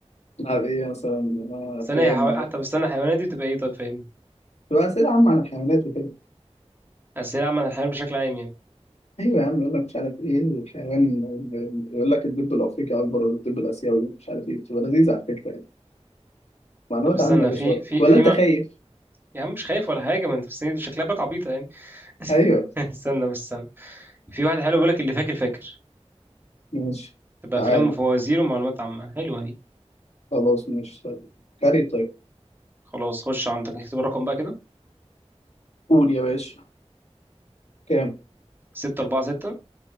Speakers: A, on the left; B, on the right.
A: نلعب ايه مثلا آه،
B: استنى
A: افلام
B: يا حيوان
A: او
B: طب استنى الحيوانات دي بتبقى ايه طيب فاهمني
A: تبقى اسئلة عامة عن الحيوانات وكده
B: اسئله عامه عن الحيوان بشكل عام يعني
A: ايوه يا عم يقول لك مش عارف ايه الحيوان يقول لك الدب الافريقي اكبر ولا الدب الاسيوي مش عارف ايه بتبقى لذيذة على فكرة يعني معلومات
B: طب استنى
A: عامة يا باشا
B: في في
A: ولا
B: في
A: انت
B: ما...
A: خايف؟
B: يا عم مش خايف ولا حاجه ما انت بس دي شكلها باك عبيطه يعني
A: ايوه
B: <laughs> استنى بس استنى في واحد حلو بيقول لك اللي فاكر فاكر
A: <laughs> ماشي
B: تبقى
A: تعال
B: افلام وفوازير ومعلومات عامه حلوه دي
A: خلاص ماشي طيب كاري طيب
B: خلاص خش عندك اكتب الرقم بقى كده
A: قول يا باشا كام
B: ستة أربعة ستة